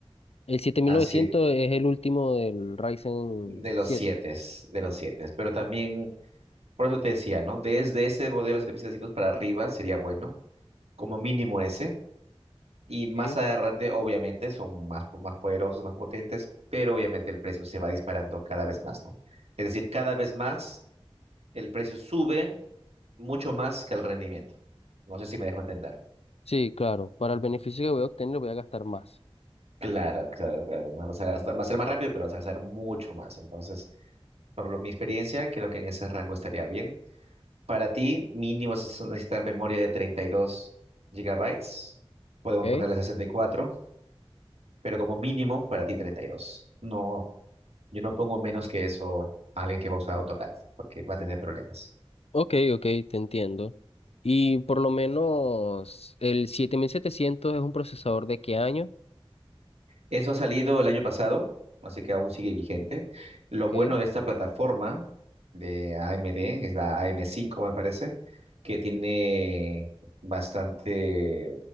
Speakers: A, on the left; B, on the right.
A: el siete
B: Así
A: mil novecientos es el último del Ryzen
B: de los
A: 7.
B: 7, de los siete, Pero también, por eso te decía, ¿no? Desde ese modelo 7700 para arriba sería bueno, como mínimo ese. Y más
A: ok.
B: adelante, obviamente, son más, más poderosos, más potentes, pero obviamente el precio se va disparando cada vez más, ¿no? Es decir, cada vez más el precio sube mucho más que el rendimiento. No sé si me dejo entender.
A: Sí, claro. Para el beneficio que voy a obtener voy a gastar más.
B: Claro, claro, claro. Vas a gastar- va a ser más rápido, pero vas a gastar mucho más. Entonces, Por lo, mi experiencia, creo que en ese rango estaría bien. Para ti, mínimo vas a necesitar memoria de treinta y dos gigabytes. Podemos
A: Ok,
B: ponerle 64, pero como mínimo para ti 32. No, yo no pongo menos que eso a alguien que va a usar AutoCAD, porque va a tener problemas.
A: ok, ok, te entiendo. Y por lo menos el 7700 es un procesador de qué año?
B: Eso ha salido el año pasado, así que aún sigue vigente. Lo
A: Ok,
B: bueno de esta plataforma de AMD, es la am cinco, me parece, que tiene bastante